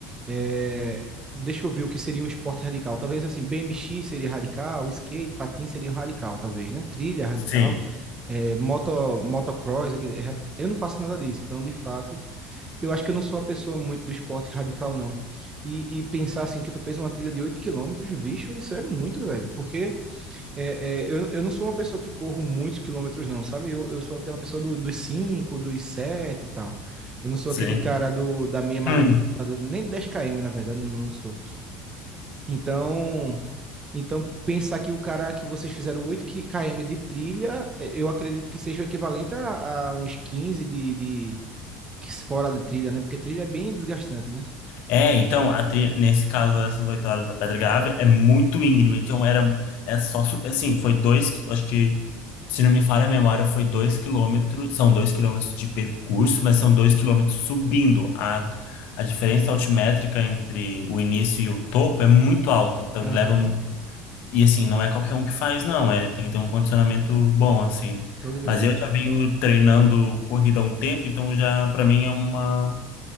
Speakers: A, on the right; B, on the left.
A: É, Deixa eu ver o que seria um esporte radical. Talvez assim, BMX seria radical, skate, patins seria radical, talvez, né? Trilha radical.
B: sim,
A: É, moto, motocross, aquele, é radical. eu não faço nada disso, então de fato, eu acho que eu não sou a pessoa muito do esporte radical, não. E, e pensar assim que tu fez uma trilha de 8 km, bicho, isso é muito, velho, porque é, é, eu, eu não sou uma pessoa que corro muitos quilômetros, não, sabe? Eu, eu sou aquela pessoa do- dos 5, dos 7 e tal. Eu não sou
B: sim.
A: aquele cara do, da meia maratona,
B: Hum.
A: do- nem 10 km, na verdade, não, não sou. Então, então, pensar que o cara que vocês fizeram oito qui- km de trilha, é, eu acredito que seja o equivalente a, a uns 15 de, de que fora de trilha, né? Porque trilha é bem desgastante, né?
B: É, então, a tri- nesse caso, essas oito horas da Pedra Gávea é muito íngreme. Então, era, é só, su- assim, foi dois, qui- acho que, se não me falha a memória, foi dois quilômetros, são dois quilômetros de percurso, mas são dois quilômetros subindo. A, a diferença altimétrica entre o início e o topo é muito alto. Então,
A: Aham,
B: leva, um- e assim, não é qualquer um que faz, não. É, tem que ter um condicionamento bom, assim.
A: tô ligado.
B: Mas eu já venho treinando corrida há um tempo, então já, para mim, é uma